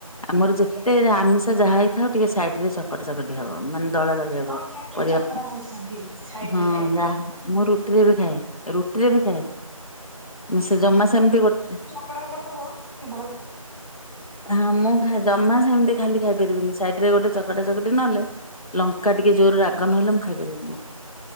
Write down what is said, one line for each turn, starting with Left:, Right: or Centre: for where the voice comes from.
Left: ଆମର ଯେତେ ଆମିଷ ଯାହା ହେଇଥାଉ ଟିକେ ସାଇଡ ରେ ତ ଚକଟା ଚକଟି ହବ ମାନେ ଦଳା ଦଳି ହବ
Right: ହଁ ଜଣେ ଜଣେ
Left: ପରିବା
Right: ଚକଡା ଭଲ ପାଆନ୍ତି ସାଇଡ
Left: ହଁ
Right: ରେ ଖାଇବା ପାଇଁକି
Left: ଯାହା। ମୁଁ ରୁଟିରେ ବି ଖାଏ ରୁଟିରେ ବି ଖାଏ ମୁଁ ସେ ଜମା ସେମିତି ଗୋଟେ
Right: କପଡା କରିଦବ ଭଲ୍
Left: ହଁ ମୁଁ ଖା ଜମା ସେମିତି ଖାଲି ଖାଇପାରିବିନି ସାଇଡ ରେ ଗୋଟେ ଚକଟା ଚକଟି ନହେଲେ। ଲଙ୍କା ଟିକେ ଜୋରରେ ରାଗ ନହଲେ ମୁଁ ଖାଇପାରିବିନି।